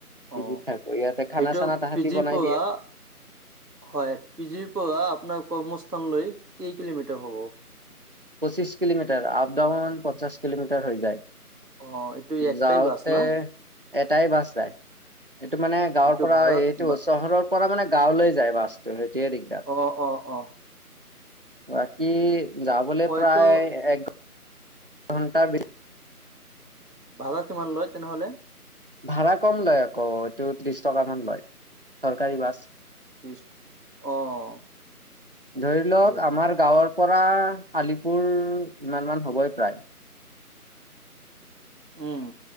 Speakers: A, on the right; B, on the right.
A: পি
B: অ
A: জি, ত' থাকো ইয়াতে খানা
B: সেইটো
A: চানা তাহাঁতি
B: পি জিৰ
A: বনাই
B: পৰা
A: দিয়ে।
B: হয় পি জিৰ পৰা আপোনাৰ কৰ্মস্থানলৈ কেই কিলোমিটাৰ হ'ব।
A: পঁচিছ কিলোমিটাৰ আপ ডাউন পঞ্চাশ কিলোমিটাৰ হৈ যায়।
B: অ এইটো একটাই
A: যাওঁতে
B: বাছ না
A: এটাই বাছ যায়। এইটো মানে গাঁৱৰ
B: এইটো
A: পৰা
B: ভাড়া
A: এইটো
B: বা
A: চহৰৰ পৰা মানে গাঁৱলৈ যায় বাছটো সেইটোৱে দিগদাৰ।
B: অ অ অ
A: বাকী যাবলৈ
B: অ
A: প্ৰায়
B: এইটো
A: এক ঘন্টাৰ ভ
B: ভাড়া কিমান লয় তেনেহ'লে?
A: ভাড়া কম লয় আকৌ এইটো ত্ৰিশ টকামান লয় চৰকাৰী বাছ।
B: তিচ অ'
A: ধৰি লওক
B: <unintelligible>
A: আমাৰ গাঁৱৰ পৰা আলিপুৰ ইমান মান হ'বই প্ৰায়।
B: উম।